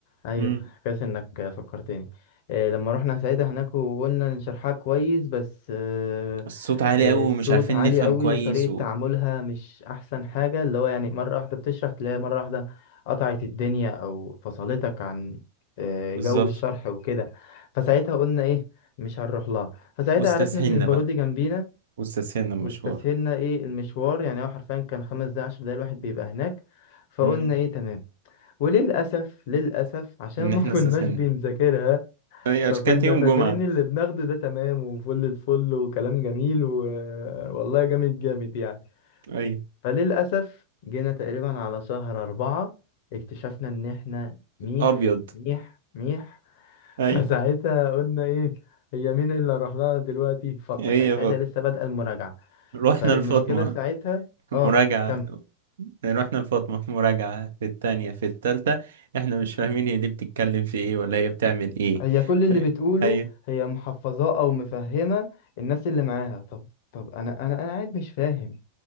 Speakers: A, on the left; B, on the right.
A: ايوه
B: امم
A: كويس انك فكرتني إيه لما رحنا ساعتها هناك وقلنا إن شرحها كويس بس آه،
B: الصوت عالي
A: آه،
B: قوي ومش
A: الصوت
B: عارفين
A: عالي
B: نفهم
A: قوي
B: كويس
A: وطريقة
B: و...
A: تعاملها مش احسن حاجة اللي هو يعني مرة واحدة بتشرح تلاقيها مرة واحدة قطعت الدنيا او فصلتك عن آه،
B: بالظبط
A: جو الشرح وكده فساعتها قلنا ايه مش هنروح لها فساعتها
B: واستسهلنا
A: عرفنا ان البارودي
B: بقى
A: جنبينا
B: واستسهلنا المشوار
A: واستسهلنا ايه المشوار يعني هو حرفيا كان خمس دقايق عشر دقايق الواحد بيبقى هناك فقلنا
B: امم
A: ايه تمام وللأسف للأسف عشان
B: ان
A: ما
B: احنا
A: كناش
B: استسهلنا
A: بنذاكرها
B: اي
A: فكنا
B: عشان كانت يوم
A: فاكرين
B: جمعة
A: اللي بناخده ده تمام وفل الفل وكلام جميل و... والله جامد جامد يعني
B: اي
A: فللأسف جينا تقريبا على شهر أربعة اكتشفنا إن إحنا ميح
B: ابيض
A: ميح ميح <laughs>
B: اي
A: فساعتها قلنا إيه هي مين اللي هروح لها دلوقتي فاطمة
B: ايه
A: كانت
B: يا فاطمة
A: ساعتها لسه بادئة المراجعة
B: رحنا
A: فالمشكلة
B: لفاطمة
A: ساعتها
B: <laughs>
A: آه
B: مراجعة
A: كمل
B: رحنا لفاطمة مراجعة في التانية في التالتة احنا مش فاهمين هي دي بتتكلم في ايه ولا هي بتعمل ايه
A: هي كل اللي
B: ف...
A: بتقوله
B: اي
A: هي محفظاه او مفهمه الناس اللي معاها طب طب انا انا انا قاعد مش فاهم